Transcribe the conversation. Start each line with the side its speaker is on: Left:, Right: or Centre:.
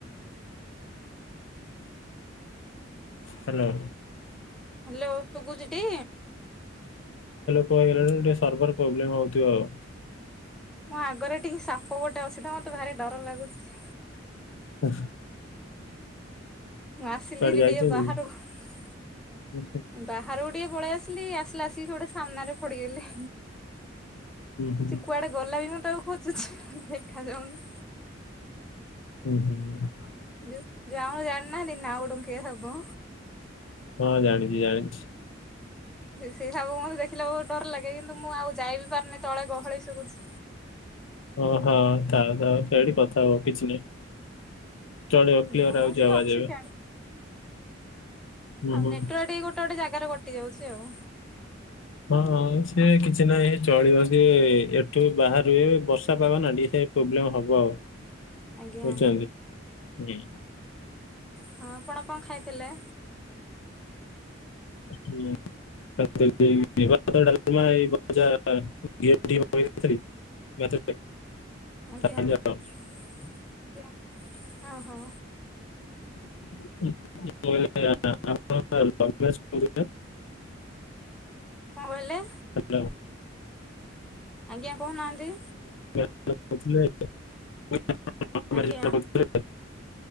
Left: ହ୍ୟାଲୋ।
Centre: ହ୍ୟାଲୋ ସୁଗୁଛିଟି?
Left: କହଲାଣି ଟିକେ ସର୍ଭର ପ୍ରୋବ୍ଲେମ ହେଉଥିବ ଆଉ।
Centre: ମୋ ଆଗରେ ଟିକେ ସାପ ଗୋଟେ ଅଛି ତ। ମତେ ଭାରି ଡର ଲାଗୁଛି।
Left: ହୁ।
Centre: ମୁଁ ଆସିଲିରି
Left: ଯାଇଛନ୍ତି?
Centre: ଟିକେ ବାହରକୁ।
Left: ହୁଁ
Centre: ବାହାରକୁ ଟିକେ ପଳେଇ ଆସିଲି। ଆସିଲେ ଆସିକି ଗୋଟେ ସାମ୍ନାରେ ପଡିଗଲି।
Left: ହୁଁ
Centre: ସେ କୁଆଡେ ଗଲା ବି ମୁଁ ତାକୁ ଖୋଜୁଛି ଦେଖା ଯାଉନି।
Left: ହୁଁ ହୁଁ।
Centre: ଯଉ ଯୋଉ ଜାଣିନାହାନ୍ତି ନାଉଡଙ୍କିଆ ସାପ।
Left: ହଁ ଜାଣିଛି ଜାଣିଛି।
Centre: ସେଇସାପ କୁ ମତେ ଦେଖିଲାକୁ ବହୁତ ଡର ଲାଗେ। କିନ୍ତୁ ମୁଁ ଆଉ ଯାଇବି ପାରୁନି ତଳେ ଗହଳି ସୁଭୁଛି।
Left: ଓ ହଁ ଥାଉ ଥାଉ ସେଇଠି କଥା ହୁଅ କିଛି ନାହିଁ। ଚଳିବ
Centre: ହଁ
Left: କ୍ଳିଅର ଆଉଛି
Centre: ସିଏ
Left: ଆବାଜ
Centre: ଅଛି
Left: ଏବେ।
Centre: ସିଆଡେ
Left: ହୁଁ
Centre: ଆଉ
Left: ହୁଁ
Centre: ନେଟୱାର୍ ଟିକେ ଗୋଟେ ଗୋଟେ ଜାଗାରେ କଟି ଯାଉଛି ଆଉ।
Left: ହଁ ହଁ ସେ କିଛି ନାହିଁ ଚଳିବ। ସିଏ ଏଠୁ ବାହାରୁ ବର୍ଷା ପାଗ ନା ଟିକେ ସେ ଟିକେ ପ୍ରୋବ୍ଲେମ ହବ ଆଉ।
Centre: ଆଜ୍ଞା
Left: ବୁଝିଛନ୍ତି ହଁ।
Centre: ହଁ ଆପଣ କଣ ଖାଇଥିଲେ?
Left: ହୁଁ <unintelligible> <unintelligible>
Centre: ଆଜ୍ଞା
Left: ଖାଇଲି
Centre: ଆଜ୍ଞା।
Left: ଆଉ।
Centre: ଓହୋ।
Left: <unintelligible> ଆପଣ ପା ଲଭ୍ ମ୍ୟାରେଜ୍ କରୁଥିଲେ।
Centre: କଣ କହିଲେ?
Left: ହ୍ୟାଲୋ।
Centre: ଆଜ୍ଞା କହୁ ନାହାନ୍ତି।
Left: <unintelligible>
Centre: ଆଜ୍ଞା